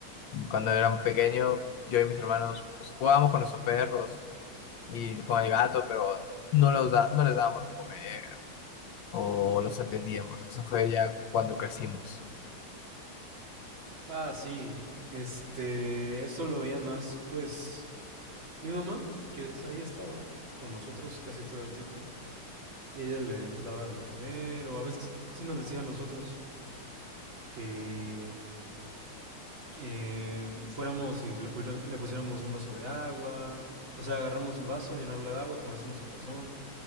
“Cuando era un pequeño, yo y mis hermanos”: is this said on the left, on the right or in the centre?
Left